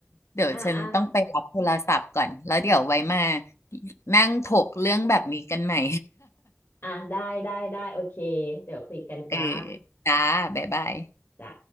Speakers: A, on the left; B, on the left.
A: เดี๋ยวฉันต้องไปรับโทรศัพท์ก่อน
B: อ่ะอ่ะ
A: แล้วเดี๋ยวไว้มานั่งถกเรื่องแบบนี้กันใหม่
B: อ่ะได้ ได้ ได้ โอเค เดี๋ยวคุยกันจ้า
A: <laughs> เออจ้าบ๊ายบาย
B: จ้ะ